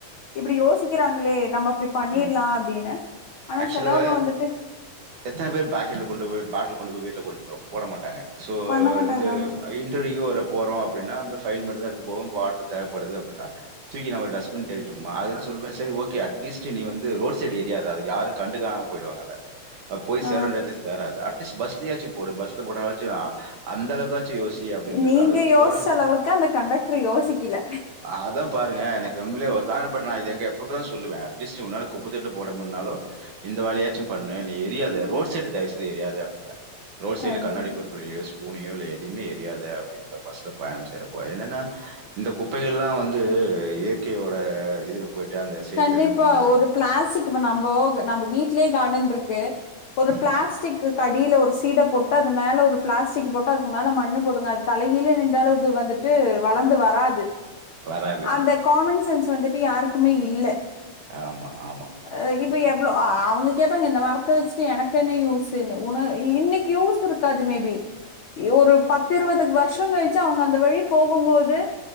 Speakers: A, on the left (about 70°); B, on the right (about 75°).
A: இப்டி யோசிக்றாங்ளே நம்ம அப்டி பண்ணிர்லா
B: ம்.
A: அப்டின்னு ஆனா
B: ஆக்சுவலா
A: சிலவங்க வந்துட்டு
B: எத்தன பேர் பாக்கெட்ல கொண்டு போய் பாட்ல் கொண்டு போய் வீட்டுல கொண்டு போட்டு போட மாட்டாங்க சோ
A: பண்ண மாட்டாங்க
B: வந்து
A: ஆமா
B: இன்டர்வியூ ஒரு போறோ அப்டின்னா ஃபைல் மட்டுந்தா எத்து போவோ பாட்ரு தேவப்படுது அப்டின்னா தூக்கி நம்ம டஸ்பின் தேடிட்டு இருப்பமா அத சொன் சரி ஓகே அட்லீஸ்ட் நீ வந்து ரோட் சைட் எரியாத அத யார்க்கு கண்டு காணாம போயிடுவாங்க அத அ போய்
A: ஆ
B: சேரவேண்டிய எடத்துல சேராது அட்லீஸ்ட் பஸ்லயாச்சும் போடு பஸ்ல போட்டாச்சு அந்தளவுாச்சு யோஸ் சி அப்டிங்கறத
A: நீங்க
B: அதாவ்து
A: யோசிச்ச
B: கோறே
A: அளவுக்கு அந்த கண்டக்டர் யோசிக்கல
B: அதான் பாருங்க எனக் இது உண்மலயே வருத்தோ ஆனா பட் நா இது எங்க எப்பபதா சொல்லுவே அட்லீஸ் உன்னால குப்பத்தொட்டில போட முன்னாலு இந்த வேலயாச்சும் பண்ணு நீ எரியாத
A: ம்.
B: ரோட் சைடு தயவுசெய்து எரியாத அப்டிம்ப ரோட் சைடுல
A: கண்டிப்பா.
B: கண்ணாடி பொரு குள்ளையோ ஸ்பூனயோ இல்ல எதயுமே எரியாத அப்டிம்ப பஸ்ல பயணம் செய்றப்போ என்னன்னா இந்த குப்பைகள்லா வந்து இயற்கையோட இதுல போய்ட்டு அந்த சைடு
A: கண்டிப்பா
B: எதுவும் இந்த
A: ஒரு பிளாஸ்டிக் நம்போ நம்ப வீட் லேயே காடன்ருக்கு ஒரு
B: ம்.
A: பிளாஸ்டிக்கு அடியில ஒரு சீட போட் டு அது மேல ஒரு பிளாஸ்டிக் போட்டு அதுக்கு மேல மண்ணு போடுங்க அது தலைகில நின்றாலும் அது வந்துட்டு ட்டு வளந்து வராது
B: வராது.
A: அந்த காமன் சென்ஸ் ஸு வந்துட்டு யாருக்குமே இல்ல
B: ஆமா, ஆமா.
A: அ இப்ப
B: ம்.
A: எவ்ளோ அவுங்க கேப்பாங்க இந்த மரத்த வச்சுட்டு எனக்கு என்ன யூஸ்ஸுனு உன இன்னைக்கி யூஸ் இருக்காது மேபி
B: <inaudible>
A: யோ ஒரு பத்து இருவது வருஷொங கழிச்சு அவுங்க அந்த வழி போகும்போது